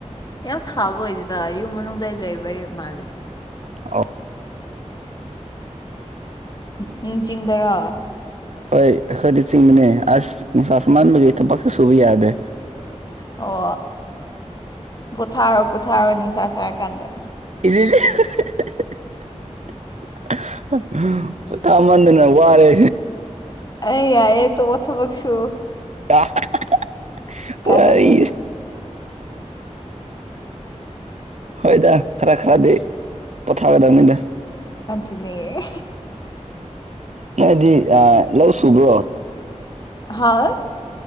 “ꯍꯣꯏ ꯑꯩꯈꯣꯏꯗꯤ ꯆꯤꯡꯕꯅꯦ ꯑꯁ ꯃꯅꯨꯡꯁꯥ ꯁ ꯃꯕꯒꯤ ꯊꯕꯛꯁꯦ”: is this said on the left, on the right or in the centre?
Right